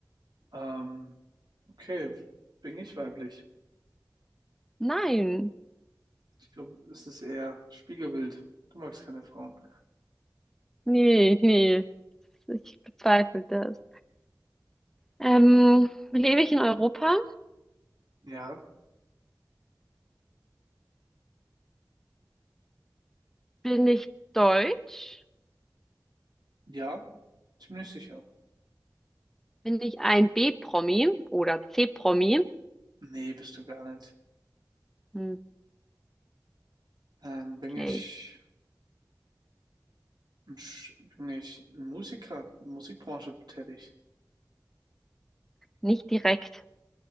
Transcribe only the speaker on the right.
Ähm, okay, bin ich weiblich?
Ich glaube, es ist eher Spiegelbild. Du magst keine Frauen.
Ja.
Ja, ziemlich sicher.
Nee, bist du gar nicht.
Ähm, bin
ich, ein Sch- bin ich ein Musiker, in der Musikbranche tätig.